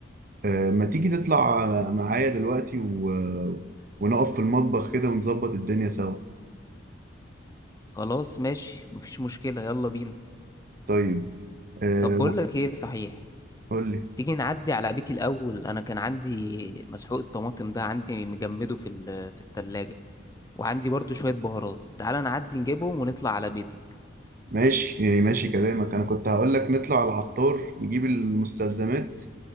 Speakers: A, on the right; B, on the left.
A: آه، ما تيجي تطلع معايا دلوقتي و... ونقف في المطبخ كده ونظبط الدنيا سوا
B: خلاص ماشي مفيش مشكله يلا بينا
A: طيب آه،
B: طب بقول لك ايه صحيح
A: قول لي
B: تيجي نعدي على بيتي الأول أنا كان عندي مسحوق الطماطم ده عندي مجمده في ال- في التلاجة وعندي برضو شوية بهارات تعال نعدي نجيبهم ونطلع على بيتك
A: ماشي يعني ماشي كلامك انا كنت هقول لك نطلع على العطار نجيب المستلزمات